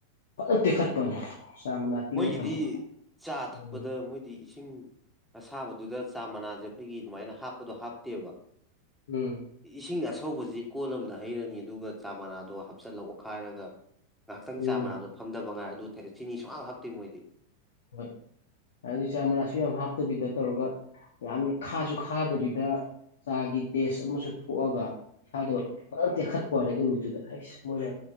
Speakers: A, on the left; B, in the centre.
A: ꯐꯖꯅ ꯇꯦꯛꯈꯠꯄꯅꯤ ꯆꯥ ꯃꯅꯥ ꯇꯤꯡꯉ
B: ꯃꯣꯏꯒꯤꯗꯤ
A: ꯊꯝꯕꯗꯣ
B: ꯆꯥ ꯊꯛꯄꯗ
A: ꯎꯝ
B: ꯃꯣꯏꯗꯤ ꯏꯁꯤꯡ ꯑꯁꯥꯕꯗꯨꯗ ꯆꯥ ꯃꯅꯥꯁꯦ ꯑꯩꯈꯣꯏꯒꯤ ꯑꯗꯨꯃꯥꯏꯅ ꯍꯥꯞꯄꯗꯣ ꯍꯥꯞꯇꯦꯕ
A: ꯎꯝ
B: ꯏꯁꯤꯡ ꯑꯁ ꯑꯊꯧꯕꯁꯤ ꯀꯣ ꯑꯃꯗ ꯍꯩꯔꯅꯤ ꯑꯗꯨꯒ ꯆꯥ ꯃꯅꯥꯗꯣ ꯍꯥꯞꯆꯤꯜꯂꯛ ꯑꯣꯈꯥꯏꯔꯒ ꯉꯥꯏꯍꯥꯛꯇꯪ
A: ꯎꯝ
B: ꯆꯥ ꯃꯅꯥꯗꯣ ꯐꯝꯗꯕ ꯉꯥꯏ ꯑꯗꯨ ꯆꯤꯅꯤ ꯁꯨꯡꯞ ꯍꯥꯞꯇꯦ ꯃꯣꯏꯗꯤ
A: ꯍꯣꯏ ꯑꯗꯨꯗꯤ ꯆꯥ ꯃꯅꯥꯁꯨ ꯌꯥꯝ ꯍꯥꯞꯇꯕꯤꯗ ꯇꯧꯔꯒ ꯌꯥꯝꯅ ꯈꯥꯁꯨ ꯈꯥꯗꯕꯤꯗ ꯆꯥꯒꯤ ꯇꯦꯁ ꯑꯃꯁꯨ ꯊꯣꯛꯑꯒ ꯏꯁꯥꯗꯣ ꯐ ꯇꯦꯛꯈꯠꯄꯅꯦ ꯑꯗꯨ ꯅꯨꯃꯤꯠꯇꯨꯗ ꯍꯁ ꯃꯣꯏꯅ